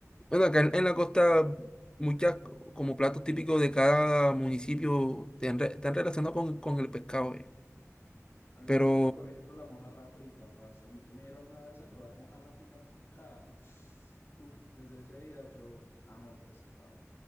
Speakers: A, on the left; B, on the left.
A: bueno, acá en, en la costa muchas co- como platos típicos de cada municipio están, re- están relacionados con, con el pescado. eh.
B: A mí me
A: Pero,
B: encanta, por ejemplo, la mojarra frita, parce. A mí, yo me dieron una vez a probar mojarra frita en cocada. <sniffs> Uf, desde ese día yo amo el pescado.